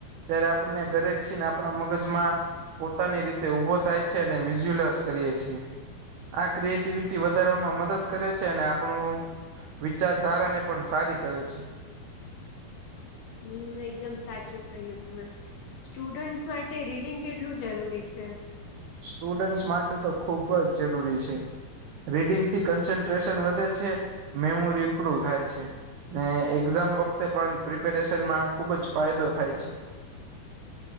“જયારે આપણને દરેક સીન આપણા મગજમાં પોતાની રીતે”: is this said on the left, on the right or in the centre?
Right